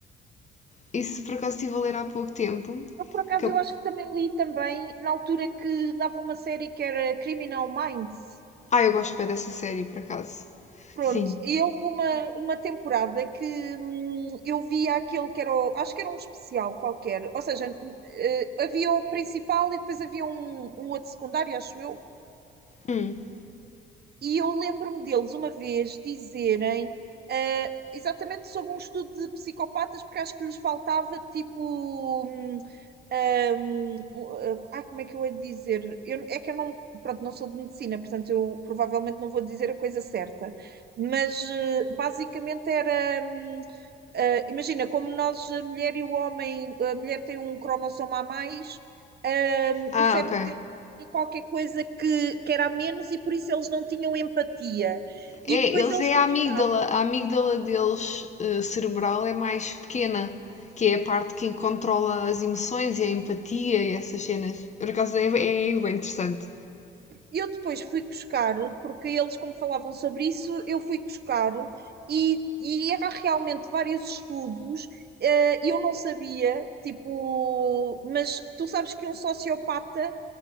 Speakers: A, on the left; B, on the right.
A: Isso por acaso estive a ler há pouco tempo.
B: eu, por acaso,
A: Que eu-
B: eu acho que também li também na altura que dava uma série que era Criminal Minds.
A: Ah, eu gosto bem dessa série, por acaso.
B: Pronto,
A: Sim.
B: e houve uma, uma temporada que hum, eu via aquele que era, o- acho que era um especial qualquer, ou seja, eh, havia o principal e depois havia um, um outro secundário, acho eu.
A: Hum.
B: E eu lembro-me deles uma vez dizerem, ah, exatamente sobre um estudo de psicopatas, porque acho que lhes faltava tipo. hum, hum, uh, ah, como é que eu hei de dizer? Eu- é que eu não, pronto, não sou de medicina, portanto eu provavelmente não vou dizer a coisa certa, mas eh, basicamente era. hum, ah, imagina, como nós, a mulher e o homem, a mulher tem um cromossomo a mais, ah,
A: Ah,
B: o cérebro
A: ok.
B: deles tinha qualquer coisa que, que era a menos e por isso eles não tinham empatia.
A: É,
B: E depois
A: eles
B: eles
A: é
B: explicavam.
A: a amígdala. A amígdala deles, eh, cerebral, é mais pequena, que é a parte que controla as emoções e a empatia e essas cenas. Por acaso é, é bem interessante.
B: Eu depois fui buscar, porque eles, como falavam sobre isso, eu fui buscar e, e era realmente vários estudos. eh, e eu não sabia, tipo, mas tu sabes que um sociopata